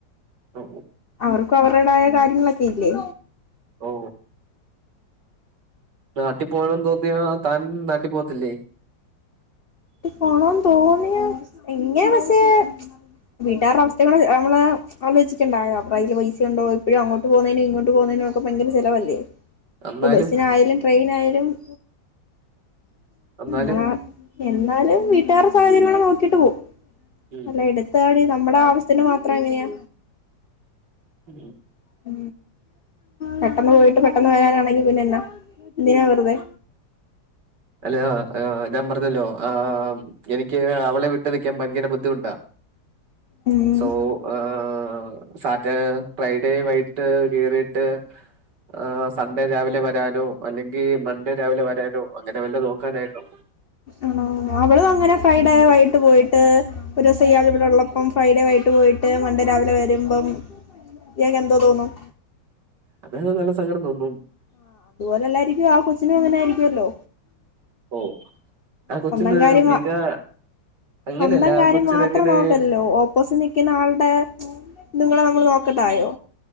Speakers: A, on the right; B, on the left.
A: ഓ
B: അവർക്കും അവരുടായ കാര്യങ്ങളൊക്കെ ഇല്ലേ
A: ഓ നാട്ടി പോകണന്ന് തോന്നിയ താൻ നാട്ടി പോത്തില്ലേ
B: പോണം എന്ന് തോന്നിയ എങ്ങനെ പക്ഷേ വീട്ടാരുടെ അവസ്ഥ കൂടെ നമ്മളെ ആലോചിക്കണ്ടായ അപ്പൊ അതില് പൈസ ഉണ്ടോ ഇപ്പഴും അങ്ങോട്ട് പോന്നേന് ഇങ്ങോട്ട് പോകുന്നേന് ഒക്കെ ഭയങ്കര ചെലവല്ലേ
A: എന്നാലും
B: ഇപ്പ ബസ്സിനായാലും ട്രെയിനായാലും <unintelligible>
A: എന്നാലും
B: മച്ച് നമ്മൾ എന്നാലും വീട്ടുകാരുടെ സാഹചര്യങ്ങള നോക്കിട്ട് പോ
A: ഉം
B: അല്ല എടുത്താടി ന നമ്മുടെ ആവസ്ഥ മാത്രം എങ്ങനെയാ
A: ഉ
B: ഉ പെട്ടെന്ന് പോയിട്ട് പെട്ടന്ന് വരാനാണെങ്കി പിന്നെന്നാ എന്തിനാ വെറുതെ
A: അല്ലയാ ആ ഞാൻ പറഞ്ഞല്ലോ ആ എനിക്ക് അവളെ വിട്ടു നിൽക്കാൻ ഭയങ്കര ബുദ്ധിമുട്ടാ.
B: ഉം
A: സോ ആഹ് സാറ്റെർ ഫ്രൈഡേ വൈക്ട്ട് കേറിട്ട് ആ സൺഡേ രാവിലെ വരാനോ അല്ലെ ങ്കി മൺണ്ടേ രാവിലെ വരാനോ നോക്കാനായിരുന്നു
B: ആണോ അവളും അങ്ങനെ ഫ്രൈഡേ വ ഏട്ട് പോയിട്ട് ഒരോസയാള് ഇവിടുള്ളപ്പം ഫ്രൈഡേ വൈകിട്ട് പോയിട്ട് മൺണ്ടേ രാവിലെ വരുമ്പം യാക്ക് എന്തോ തോന്നും
A: അത് നല്ല സങ്കടംതോന്നും
B: ആഹ് അതുപോലെല്ലാരികോ ആ കൊച്ചിനും അങ്ങനെ ആയിരിക്കുവല്ലോ
A: ഓ ആ
B: സ്വന്തം
A: കൊച്ചിന്
B: കാര്യം
A: മിക
B: മ.
A: അങ്ങനെയല്ല
B: സ്വന്തം കാര്യം
A: ആ കൊച്ചിനങ്ങനെ
B: മാത്രം നോക്കല്ലല്ലോ ഓപ്പോസിറ്റ് നിക്കുന്ന ആള്ടെ നിങ്ങളെ നമ്മള് നോക്കണ്ടായോ